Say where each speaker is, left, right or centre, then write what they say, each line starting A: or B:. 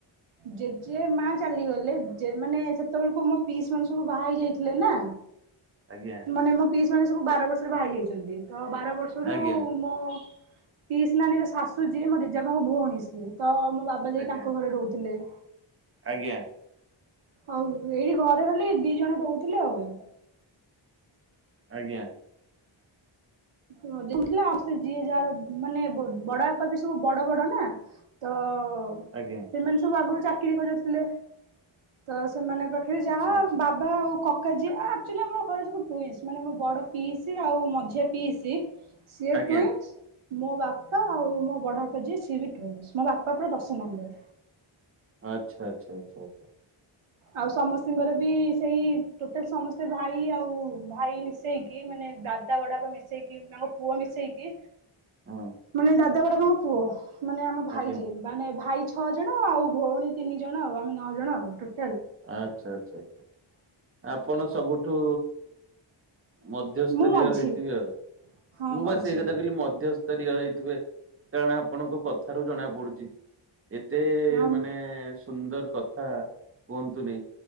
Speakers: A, on the right; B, on the right.
A: ଜେଜେ ମା ଚାଲିଗଲେ ଯେ ମାନେ ସେତେବେଳକୁ ମୋ ପି ମାନ ସବୁ ବାହା ହେଇ ଯାଇଥିଲେ ନା।
B: ଆଜ୍ଞା
A: ମାନେ ମୋ ପିସ୍ ମାନେ ସବୁ ବାର ବର୍ଷରୁ ଭାଇ ଯାଇଛନ୍ତି ତ ବାର ବର୍ଷରୁ
B: ଆଜ୍ଞା
A: ମୋ' ପ୍ଇସ୍ ନାନୀଙ୍କ ଶାଶୁ ଯିଏ ମୋେଜେ ପାଇଁ ମୋ ଭଉଣୀ ସିଏ ତ ଆମ ବାବା ଯାଇ
B: ଆଜ୍ଞା
A: ତାଙ୍କ ଘରେ ରହୁଥିଲେ
B: ଆଜ୍ଞା
A: ଆଉ ଏଇ ଘରେ ଖାଲି ଦି ଜଣ ରହୁଥିଲେ ଆଉ।
B: ଆଜ୍ଞା।
A: ସେ ଥିଲା ଯିଏ ଯାହାର ମାନେ ବଡ ବାପା ବି ସବୁ ବଡ ବଡ ନା ତ ହ
B: ଆଜ୍ଞା
A: ସେମାନେ ସବୁ ଆଗରୁ ଚାକିରି କରିନଥିଲେ। ତ ସେମାନେ ପାଖରେ
B: ଆଚ୍ଛା
A: ଯାହା
B: ଆଚ୍ଛା
A: ବାବା ଆଉ କ ତାଙ୍କ ଝିଅ ଆକଚୁଆଲି ଆମ ଘରେ ସବୁ ପୁଅ ହେଇଚି। ମାନେ ମୋ ବଡ ପିଇସ୍ ଆଉ ମଝିଆ ପିଇସ୍ ସେ
B: ଆଜ୍ଞା
A: ଟୁଇନ୍ସ। ମୋ ବାପା ଆଉ ମୋ ବଡ ବାପା ଯିଏ ସିଏବି ଟୁଇନ୍ସ। ମୋ ବାପା ପୁରା ଦଶ ନମ୍ବର।
B: ଆଚ୍ଛା ଆଚ୍ଛା ଆଚ୍ଛା ଆଚ୍ଛା।
A: ଆଉ ସମସ୍ତଙ୍କର ବି ସେଇ ଟୋଟାଲ ସମସ୍ତେ ଭାଇ ଆଉ ଭାଇ ମିଶେଇକି ମାନେ ଦାଦା ବଡାପା ମିଶେଇକି ମୋ ପୁଅ ମିଶେଇକି
B: ହଁ
A: ମାନେ ଦାଦା ବଡପାଙ୍କ ପୁଅ ମାନେ ଆମ ଭାଇ
B: ଆଜ୍ଞା
A: ଜିଏ ମାନେ ଭାଇ ଛଅ ଜଣ ଆଉ ଭଉଣୀ ତିନି ଜଣ ଆଉ ଆମେ ନଅ ଜଣ ଆଉ। ଟୋ
B: ଆଚ୍ଛା ଆଚ୍ଛା ଆଛା ଆପଣ ସବୁଠୁ ମଧ୍ୟସ୍ତରୀୟ
A: ମୁଁ ମଝି
B: ହେଇଥୀବ।
A: ହଁ
B: ମୁଁ ବାସ
A: ମଝି
B: ଏଇ କଥା କହିଲି ମଧ୍ୟସ୍ତରୀୟ ହେଇଥିବେ, କାରଣ ଆପଣଙ୍କ କଥାରୁ ଜଣା ପଡୁଚି, ଏତେ
A: ହଁ
B: ମାନେ ସୁନ୍ଦର କଥା କୁହନ୍ତୁନି,